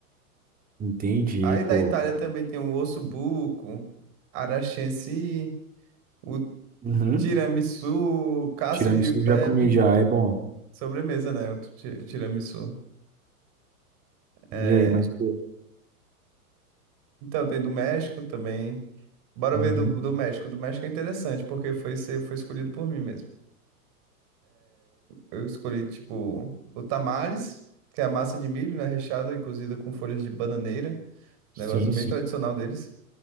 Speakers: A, on the right; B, on the right.
A: Entendi,
B: Aí da
A: pô.
B: Itália também tem o osso buco, aranchensi, o
A: Uhum.
B: tiramisu, o Cassio
A: Tiramisu
B: e Pepe,
A: já comi já, é bom.
B: sobremesa, né? O ti- tiramisu. É,
A: E aí, mas pô.
B: Então tem do México também. Bora
A: Uhum.
B: ver do, do México. Do México é interessante, porque foi, ser- foi escolhido por mim mesmo. Eu escolhi, tipo, o tamales, que é a massa de milho, né? Recheada e cozida com folhas de bananeira.
A: Sim,
B: Negócio bem
A: sim.
B: tradicional deles.